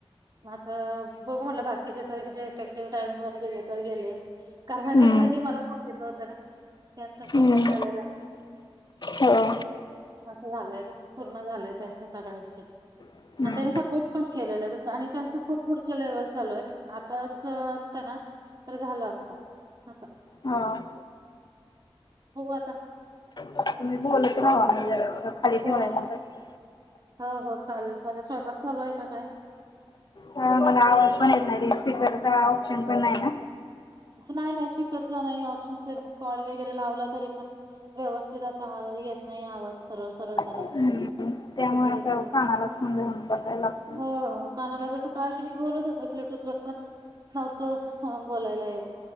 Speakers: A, on the right; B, on the left.
A: म आता बघु म्हटलं बाकीचे तरी कसे इफेक्टिव्ह टाईम वर गेले तर गेले कारण आता
B: हम्म
A: ज्यांनी मला सांगितल होतं ना त्यांच पूर्ण
B: हम्म
A: झालेलं आहे.
B: हो
A: असं झालंय पूर्ण झालंय त्याच्या सगळ्यांचे.
B: हम्म
A: आणि त्यांनी सबमिट पण केलेलं आहे, तस त्यांचं खूप पुढचे लेव्हल चालू आहेत. आताच असत ना तर झालं असत अस
B: हां..
A: हो आता..
B: हा तुम्ही बोलत राहा
A: हो..
B: <inaudible>
A: हो हो हो चालेल चालेल.. स्वयंपाक चालू आहे का काय?
B: मला आवाज पण येत नाही <inaudible> ऑप्शन पण आहे ना.
A: नाही नाही स्पीकरचा नाही ऑप्शन कॉड वगैरे लावला तरी पण व्यवस्थित असा येत नाही आवाज सरळ सरळ त्याला
B: हम्म त्यामुळे
A: तिथे
B: असं
A: हे केलं
B: कानाला
A: तरी.
B: फोन लावून बसायला लागतं.
A: हो, हो. कानाला, तर काल मी बोलत होते ब्लूटूथ वर पण नव्हतं बोलायला येतं.